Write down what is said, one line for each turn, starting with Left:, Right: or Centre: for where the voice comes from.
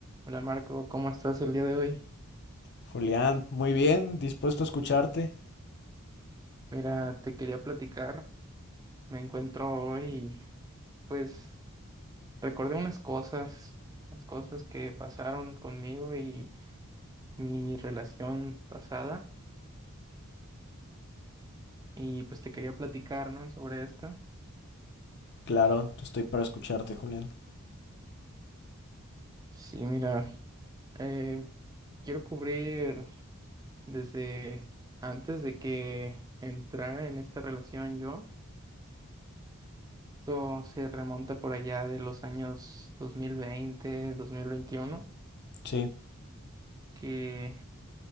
Right: Hola Marco, ¿cómo estás el día de hoy?
Left: Julián, muy bien, dispuesto a escucharte.
Right: Mira, te quería platicar. Me encuentro hoy, pues recordé unas cosas, unas cosas que pasaron conmigo y mi relación pasada. Y pues te quería platicar, ¿no? Sobre esto.
Left: Claro, estoy para escucharte, Julián.
Right: Sí, mira, eh, quiero cubrir desde antes de que entrara en esta relación yo. Esto se remonta por allá de los años 2020, 2021.
Left: Sí,
Right: que